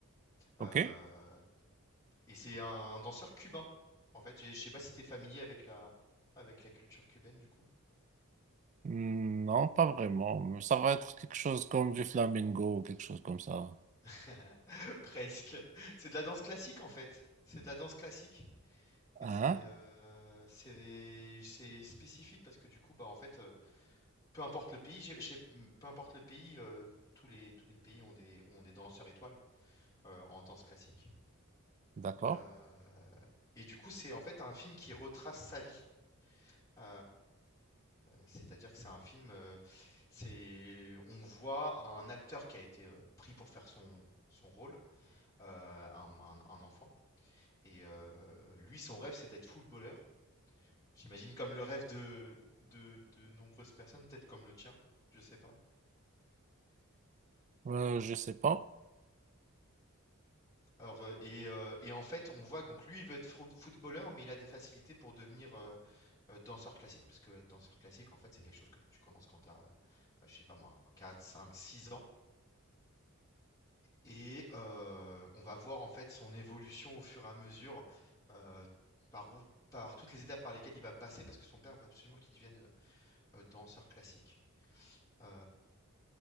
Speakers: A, on the right (about 35°); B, on the left (about 15°).
A: Ok?
B: Euh, et c'est un, danseur cubain, en fait. Je je sais pas si t'es familier avec la, avec la culture cubaine du coup.
A: Hmm, Non, pas vraiment. Ça va être quelque chose comme du flamingo, quelque chose comme ça.
B: <laughs> Presque. C'est de la danse classique en fait. C'est de la danse classique. Et
A: Hein?
B: c'est euh, c'est c'est spécifique parce que du coup bah en fait Peu importe le pays, j'ai j'ai mmh, peu importe le pays, heu, tous les tous les pays ont des ont des danseurs étoiles, heu, en danse classique,
A: D'accord?
B: heu et du coup, c'est en fait un film qui retrace sa vie, heu, c'est-à-dire que c'est un film, heu, c'est on voit un acteur qui a été, heu, pris pour faire son son rôle, heu, un un un enfant et heu, lui, son rêve, c'est d'être footballeur. J'imagine comme le rêve de de de nombreuses personnes, peut-être comme le tien, je sais pas.
A: Euh, je sais pas.
B: Alors, heu et heu et en fait, on voit que donc lui, il veut être frou footballeur, mais il a des facilités pour devenir, heu heu, danseur classique. Parce que être danseur classique, en fait, c'est quelque chose que tu commences quand tu as, je sais pas moi, quatre cinq six ans et heu, on va voir, en fait, son évolution au fur et à mesure, heu, par où par toutes les étapes par lesquelles il va passer. Parce que son père veut absolument qu'il devienne, heu heu, danseur classique. Heu,